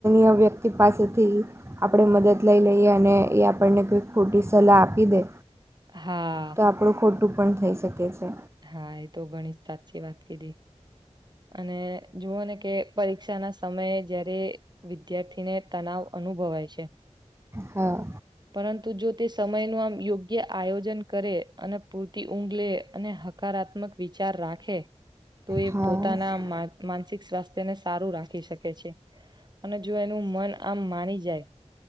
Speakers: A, on the right; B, on the right.
A: યુવ્યક્તિ પાસેથી આપણે મદદ લઈ લઈએ અને એ આપણને કોંઈ ખોટી સલાહ આપી દે
B: હા
A: તો આપણું ખોટું પણ થઈ શકે છે
B: હા, એ તો ઘણી સાચી વાત કીધી અને જુઓ ને કે પરીક્ષા ના સમયે જયારે વિદ્યાર્થીને તનાવ અનુભવાય છે
A: હા.
B: પરંતુ જો તે સમય નું આમ યોગ્ય આયોજન કરે અને પૂરતી ઊંઘ લે અને હકારાત્મક વિચાર રાખે, તો એ
A: હા હા
B: પોતાના માર્કમાં માનસિક સ્વાસ્થ્યને સારું રાખી શકે છે અને જો એનું મન આમ માની જાય